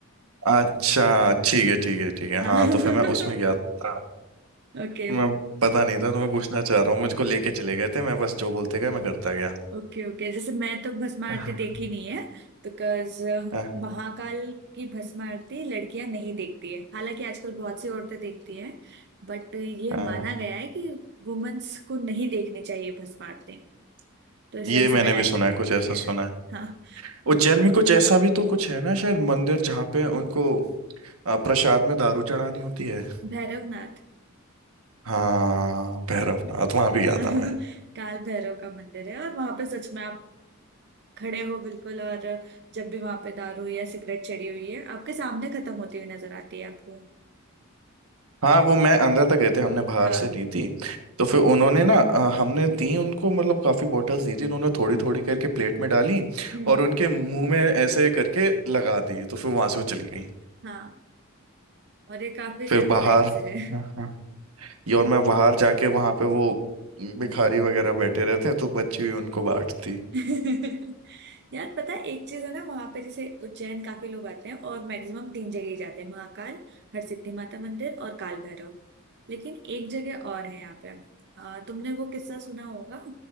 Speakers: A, on the right; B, on the right.
A: अच्छा ठीक है ठीक है ठीक है
B: हाँ
A: हाँ
B: <laughs>
A: तो फिर मैं उसमें गया था
B: ओके
A: मैं पता नहीं था तो मैं पूछना चाह रहा हूँ मुझको लेके चले गए थे मैं बस जो बोलते गए मैं करता गया
B: ओके ओके जैसे मैं तो भस्म आरती
A: हाँ।
B: देखी नहीं है बिकॉज
A: अ,
B: महाकाल की भस्म आरती लड़कियां नहीं देखती है हालांकि आजकल बहुत सी औरतें देखती हैं बट ये
A: अ,
B: माना गया है कि वुमेन्स को नहीं देखनी चाहिए भस्म आरती तो इस
A: ये
B: वजह से
A: मैंने
B: मैंने
A: भी
B: आज
A: सुना
B: तक
A: है
B: नहीं
A: कुछ
B: देखी
A: ऐसा
B: है
A: सुना
B: हाँ
A: उज्जैन में कुछ ऐसा भी तो कुछ है ना शायद मंदिर जहाँ पे उनको आ, प्रसाद में दारू चढ़ानी होती है
B: भैरवनाथ
A: हाँ भैरवनाथ वहां भी गया
B: <laughs>
A: था मैं
B: काल भैरव का मंदिर है और वहां पे सच में आप खड़े हो बिल्कुल और जब भी वहां पे दारू या सिगरेट चढ़ी हुई है आपके सामने खत्म होती हुई नजर आती है आपको
A: हाँ वो मैं अंदर तक गए थे हमने बाहर
B: हाँ
A: से ली थी तो फिर उन्होंने ना अ, हमने दी उनको मतलब काफ़ी बॉटल्स दी थी उन्होंने थोड़ी थोड़ी करके प्लेट में डाली
B: हम्म
A: और उनके मुंह में ऐसे करके लगा दी तो फिर वहां से वो चली गई
B: हाँ और ये काफी
A: फिर बाहर
B: टाइम से है
A: हाँ, हाँ। ये और मैं बाहर जाके वहां पे वो भिखारी वगैरह बैठे रहते हैं तो बच्ची हुई उनको बांटती
B: <laughs> यार पता है एक चीज है ना वहां पे जैसे उज्जैन काफी लोग आते हैं और मैक्सिमम तीन जगह ही जाते हैं महाकाल हरसिद्धि माता मंदिर और काल भैरव लेकिन एक जगह और है यहाँ पे आ, तुमने वो किस्सा सुना होगा